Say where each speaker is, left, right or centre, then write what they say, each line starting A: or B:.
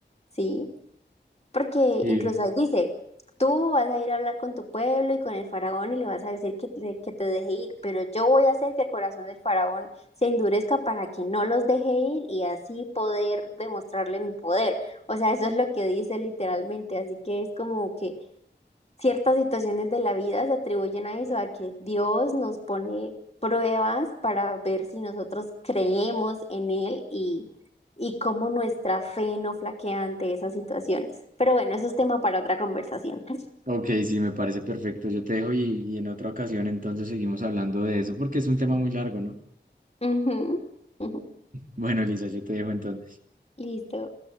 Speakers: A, on the left (about 35°); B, on the right (about 45°).
A: ¿sí? Porque
B: Sí,
A: incluso ahí dice, tú vas a ir a hablar con tu pueblo y con el faraón y le vas a decir que, le- que te deje ir, pero yo voy a hacer que el corazón del faraón se endurezca para que no los deje ir y así poder demostrarle mi poder. O sea, eso es lo que dice literalmente, así que es como que ciertas situaciones de la vida se atribuyen a eso, a que Dios nos pone pruebas para ver si nosotros creemos en Él y, y cómo nuestra fe no flaquea ante esas situaciones. Pero bueno, eso es tema para otra conversación. <laughs>
B: ok, sí, me parece perfecto. Yo te dejo y, y en otra ocasión entonces seguimos hablando de eso porque es un tema muy largo, ¿no?
A: Ujú, ujú.
B: Bueno, Elisa, yo te dejo entonces.
A: Listo.